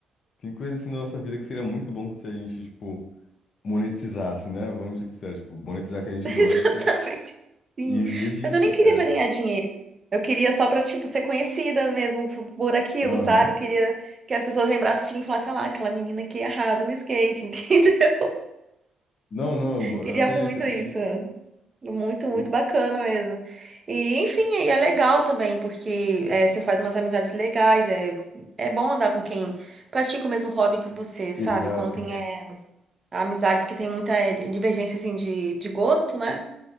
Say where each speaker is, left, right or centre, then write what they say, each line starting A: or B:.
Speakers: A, on the left; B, on the right.
A: Tem coisa assim na nossa vida que seria muito bom se a gente, tipo, monetizasse, né? Vamos ser sinceros, tipo, monetizar que
B: <laughs>
A: a gente
B: Exatamente.
A: gosta
B: Sim.
A: e viver disso,
B: Mas eu nem queria
A: cara.
B: pra ganhar dinheiro. Eu queria só pra, tipo, ser conhecida mesmo p- por aquilo,
A: Aham.
B: sabe? Eu queria que as pessoas lembrassem de mim e falassem, ah lá, aquela menina que arrasa no skate, <laughs> entendeu?
A: Não, não, bo-
B: Queria
A: eu acredito,
B: muito
A: eu acredito.
B: isso. Muito, muito
A: O-
B: bacana mesmo. E, enfim, e é legal também, porque é, você faz umas amizades legais. É, é bom andar com quem pratica o mesmo hobby que você, sabe?
A: Exato.
B: Quando tem é, amizades que tem muita é, divergência, assim, de, de gosto, né?